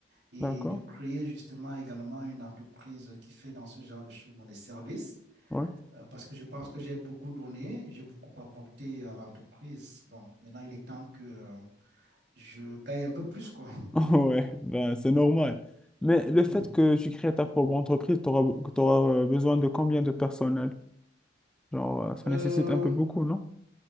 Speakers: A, on the right; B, in the centre.
A: et
B: D'accord.
A: de créer justement également une entreprise qui fait dans ce genre de choses, dans les services.
B: Ouais.
A: euh, parce que je pense que j'ai beaucoup donné, j'ai beaucoup apporté à l'entreprise. Bon, maintenant, il est temps que euh, je gagne un peu plus, quoi.
B: <laughs> Ouais, ben, c'est normal. Mais le
A: <laughs>
B: fait que tu crées ta propre entreprise, t'auras, t'auras euh, besoin de combien de personnel? Genre, euh, ça
A: Euh,
B: nécessite un peu beaucoup, non?